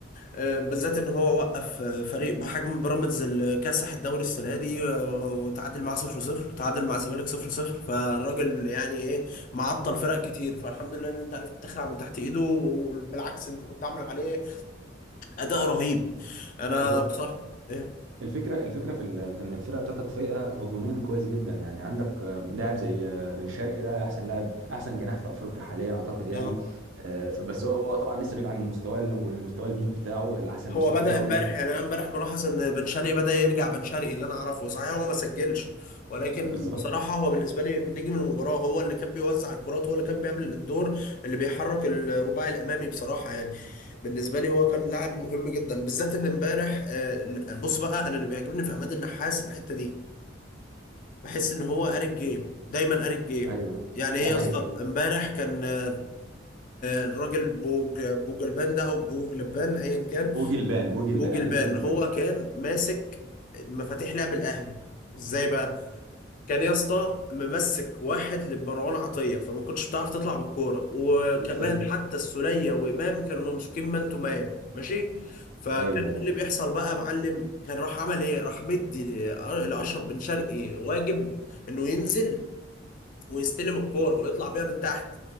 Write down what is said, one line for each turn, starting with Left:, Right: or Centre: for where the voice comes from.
Left: آه، بالذات ان هو وقف آه، فريق بحجم بيراميدز الكاسح الدوري السنه دي آه، وتعادل معاه 0-0 تعادل مع الزمالك 0-0 فالراجل يعني ايه معطل فرق كتير فالحمد لله ان انت عرفت تخلع من تحت ايده وبالعكس انت كنت عامل عليه اداء رهيب انا
Right: هو
Left: بصراحه ايه
Right: الفكره الفكره في ال- في ان الفرقه بتاعتك فايقه هجوميا كويس جدا يعني عندك آه، لاعب زي آه، بن شرقي ده احسن لاعب احسن جناح في افريقيا حاليا اعتقد يعني
Left: اه
Right: آه، ف- بس هو هو طبعا لسه بعيد عن المستوى ال- والمستوى البيك بتاعه الاحسن
Left: هو
Right: مستوى
Left: بدأ
Right: بتاعه
Left: امبارح
Right: لسه
Left: يعني انا امبارح ملاحظ ان بن شرقي بدأ يرجع بن شرقي اللي انا اعرفه صحيح هو ما سجلش ولكن
Right: بالظبط
Left: بصراحة هو بالنسبة لي نجم المباراة هو اللي كان بيوزع الكرات هو اللي كان بيعمل الدور اللي بيحرك الرباعي الامامي بصراحة يعني بالنسبة لي هو كان لاعب مهم جدا بالذات ان امبارح آه، بص بقى انا اللي بيعجبني في عماد النحاس الحتة دي بحس ان هو قاري الجيم دايما قاري الجيم
Right: ايوه
Left: يعني ايه
Right: ده
Left: يا
Right: حقيقي
Left: اسطى امبارح كان آه، الراجل بوج بوج البان ده او بوج لبان ايا كان
Right: بوجلبان بوجلبان
Left: بوجلبان
Right: انيس بوجلبان
Left: هو كان ماسك مفاتيح لعب الاهلي ازاي بقى كان يا اسطى ممسك واحد لمروان عطيه فما كنتش بتعرف تطلع بالكوره وكمان
Right: بالظبط
Left: حتى السوليه وامام كانوا ممسوكين مان تو مان ماشي فكان
Right: ايوه
Left: إيه اللي بيحصل بقى يا معلم كان راح عمل ايه راح مدي ل- لاشرف بن شرقي واجب انه ينزل ويستلم الكوره ويطلع بيها من تحت